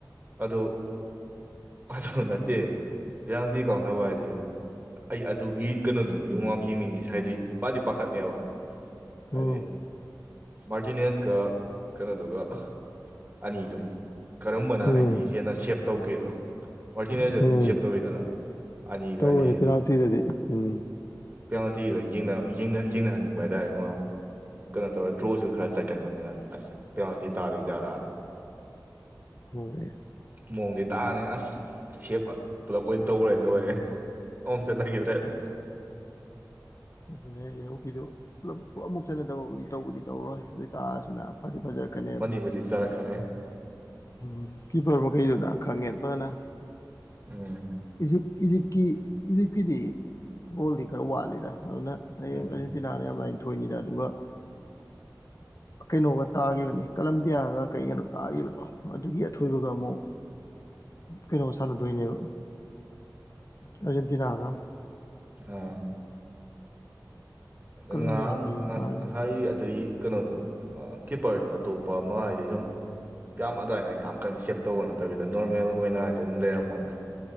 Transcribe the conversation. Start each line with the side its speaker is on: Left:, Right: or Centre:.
Right: ꯑꯗꯨ ꯑꯗꯨ ꯅꯠꯇꯦ ꯄꯤꯌꯥꯟꯇꯤ ꯀꯥꯎꯅꯕ ꯍꯥꯏꯁꯦ ꯑꯩ ꯑꯗꯨꯒꯤ ꯀꯩꯅꯣꯗꯨꯅꯤ ꯌꯦ ꯑꯃ ꯌꯦꯡꯅꯤꯡꯉꯤꯁꯦ ꯍꯥꯏꯗꯤ ꯄꯥꯗꯤ ꯄꯥꯈꯠꯅꯦꯕ ꯍꯥꯢꯗꯤ
Left: ꯎꯝ
Right: ꯃꯥꯔꯇꯤꯅꯦꯁꯀ ꯀꯩꯅꯣꯗꯨꯒ ꯑꯅꯤꯗꯨ ꯀꯔꯝꯕꯅ
Left: ꯎꯝ
Right: ꯍꯥꯏ ꯍꯦꯟꯅ ꯁꯦꯞ ꯇꯧꯒꯦꯗꯣ ꯑꯣꯔꯖꯤꯅꯦꯜꯁꯦ ꯑꯗꯨꯝ
Left: ꯎꯝ
Right: ꯁꯦꯞ ꯇꯧꯋꯤꯗꯅ ꯑꯅꯤꯗꯨ
Left: ꯇꯧꯕꯅꯤ
Right: ꯍꯥꯏꯗꯤ
Left: ꯄꯦꯅꯥꯜꯇꯤꯗꯗꯤ ꯎꯝ
Right: ꯄꯦꯅꯥꯜꯇꯤꯗ ꯌꯦꯡꯅꯍꯟꯅꯤꯡꯕ ꯍꯥꯏꯇꯥꯔꯦ ꯃꯥ ꯀꯩꯅꯣ ꯇꯧꯔ ꯗ꯭ꯔꯣꯁꯨ ꯈꯔ ꯆꯠꯀꯟꯕꯅꯤꯅ ꯑꯁ ꯄꯦꯅꯥꯜꯇꯤ ꯇꯥꯗꯣꯏꯖꯥꯠꯂꯥꯅ
Left: ꯍꯣꯏ
Right: ꯃꯑꯣꯡꯗꯤ ꯇꯥꯅꯤ ꯑꯁ ꯁꯦꯞ ꯄꯨꯂꯞ ꯑꯣꯏꯅ ꯇꯧꯈꯔꯦ ꯂꯣꯏꯔꯦ ꯑꯣ ꯆꯉꯒꯗ꯭ꯔꯦ ꯑꯗꯨ
Left: ꯑꯗꯨꯅꯦ ꯑꯩꯁꯦ ꯍꯣꯛꯀꯤꯗꯨ ꯄꯨꯂꯞ ꯑꯃꯨꯛ ꯆꯠꯟꯅꯗꯕꯕꯨꯗꯤ ꯇꯧꯕꯨꯗꯤ ꯇꯧꯔꯣꯏ ꯑꯗꯨꯏ ꯇꯥꯛꯑꯁꯨꯅ ꯐꯗꯤ ꯐꯖꯔꯛꯀꯅꯦꯕ
Right: ꯕꯨꯗꯤ ꯆꯠꯔꯛꯀꯅꯤ
Left: ꯎꯝ ꯀꯤꯄꯔ ꯃꯈꯩꯗꯨꯗꯤ ꯈꯪꯉꯦ ꯐꯖꯅ
Right: ꯎꯝ
Left: ꯏꯖꯤꯞ ꯏꯖꯤꯞꯀꯤ ꯏꯖꯤꯞꯀꯤꯗꯤ ꯕꯣꯜꯗꯤ ꯈꯔ ꯋꯥꯠꯂꯤꯗ ꯑꯗꯨꯅ ꯍꯌꯦꯡ
Right: ꯎꯝ
Left: ꯑꯅꯤ ꯇꯤꯅꯥꯅ ꯌꯥꯝ ꯂꯥꯏꯅ ꯊꯣꯏꯅꯤꯗ ꯑꯗꯨꯒ ꯀꯩꯅꯣꯒ ꯇꯥꯈꯤꯕꯅꯤ ꯀꯂꯝꯕꯤꯌꯥꯒ ꯀꯩ ꯀꯩꯅꯣ ꯇꯥꯈꯤꯕꯗꯣ ꯑꯗꯨꯒꯤ ꯑꯊꯣꯏꯕꯒ ꯑꯃꯨꯛ ꯀꯩꯅꯣꯃ ꯁꯥꯟꯅꯗꯣꯏꯅꯦꯕ ꯑꯔꯖꯦꯟꯇꯤꯅꯥ ꯍꯥꯏꯒ
Right: ꯑꯥ ꯑ
Left: ꯀꯂꯝꯕꯤꯌꯥ
Right: ꯉꯔꯥꯡ
Left: ꯀꯩ ꯀꯩꯅꯣ
Right: ꯉꯁꯥꯏ
Left: ꯇꯥꯈꯤꯕꯗꯣ
Right: ꯑꯗꯨꯒꯤ ꯀꯩꯅꯣꯗꯣ ꯀꯤꯞꯄꯔꯗꯣ ꯑꯇꯣꯞꯄ ꯑꯃ ꯍꯥꯏꯗꯤ ꯁꯨꯝ ꯌꯥꯝ ꯑꯗꯨꯃꯥꯏꯅ ꯌꯥꯝ ꯀꯟ ꯁꯦꯞ ꯇꯧꯕ ꯅꯠꯇꯕꯤꯗ ꯅꯣꯔꯃꯦꯜ ꯑꯣꯏꯅ ꯍꯥꯏꯗꯤ ꯑꯗꯨꯝ ꯂꯩꯔꯝꯃꯣꯅꯦ